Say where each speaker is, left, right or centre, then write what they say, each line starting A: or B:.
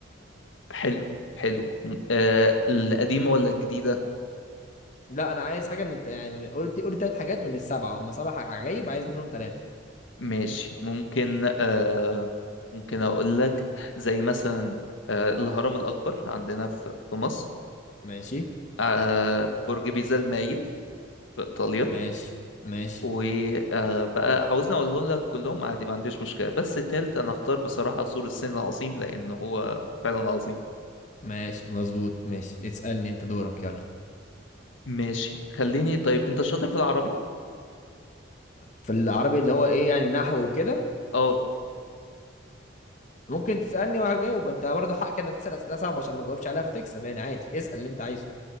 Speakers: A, on the left; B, on the left.
A: حلو حلو م- آه القديمة ولا الجديدة
B: لا انا عايز حاجه من الت... يعني قلت قلت ثلاث حاجات من السبعه هم سبع حاج- عجائب عايز منهم ثلاثه
A: ماشي ممكن آه ممكن أقول لك زي مثلا آه الهرم الأكبر عندنا في, في مصر
B: ماشي
A: آه برج بيزا المايل في إيطاليا
B: ماشي ماشي
A: وبقى عاوزني أقولهم لك كلهم عادي ما عنديش مشكلة بس التالت أنا أختار بصراحة سور الصين العظيم لأن هو فعلا عظيم
B: ماشي مظبوط ماشي اسالني انت دورك يلا
A: ماشي خليني طيب أنت شاطر في العربي؟
B: في العربي اللي هو ايه يعني النحو وكده
A: أه
B: ممكن تسألني وهجاوب انت برضه حقك انك تسأل أسئلة صعبة عشان ما تجاوبش عليها فتكسب يعني عادي اسأل اللي انت عايزه